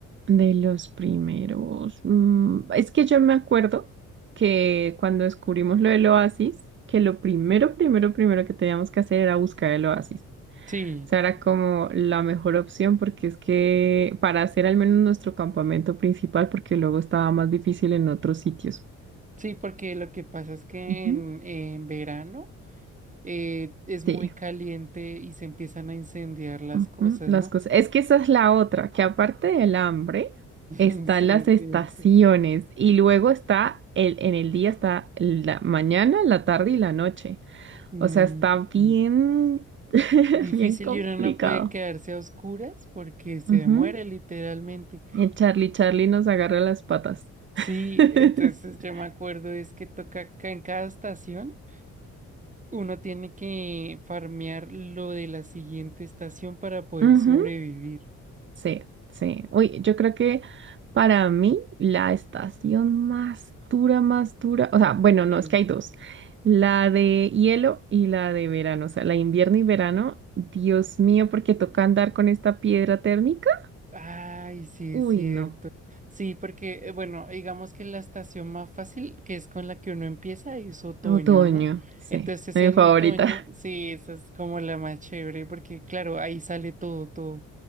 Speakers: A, on the right (about 40°); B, on the right (about 25°).
A: De los primeros. mm, es que yo me acuerdo que cuando descubrimos lo del oasis, que lo primero, primero, primero que teníamos que hacer era buscar el oasis.
B: Sí,
A: sea, era como la mejor opción porque es que para hacer al menos nuestro campamento principal, porque luego estaba más difícil en otros sitios.
B: sí, porque lo que pasa es que
A: Ujú.
B: en, en verano... eh, es
A: Sí,
B: muy caliente y se empiezan a incendiar las
A: ujú,
B: cosas,
A: las
B: ¿no?
A: cosas. Es que esa es la otra, que aparte del hambre,
B: <laughs>
A: están
B: Sí,
A: las
B: es
A: estaciones
B: cierto.
A: y luego está el, en el día está la mañana, la tarde y la noche.
B: Mm,
A: O sea, está bien,
B: mm.
A: <laughs>
B: difícil
A: bien complicado.
B: y uno no puede quedarse a oscuras porque se
A: Ujú.
B: muere literalmente.
A: El Charlie, Charlie nos agarra las patas.
B: Sí,
A: <laughs>
B: entonces yo me acuerdo es que toca acá en cada estación, uno tiene que farmear lo de la siguiente estación para poder
A: Ujú.
B: sobrevivir.
A: Sí, sí. Uy, yo creo que para mí la estación más dura, más dura, o sea, bueno, no,
B: Sí.
A: es que hay dos, la de hielo y la de verano, o sea, la invierno y verano, Dios mío, porque toca andar con esta piedra térmica.
B: Ay, sí,
A: Uy,
B: es cierto.
A: no.
B: Sí, porque, eh, bueno, digamos que la estación más fácil, que es con la que uno empieza, es otoño,
A: Otoño,
B: ¿no?
A: sí,
B: Entonces
A: mi
B: en
A: favorita.
B: otoño, sí, esa es como la más chévere, porque claro, ahí sale todo, todo.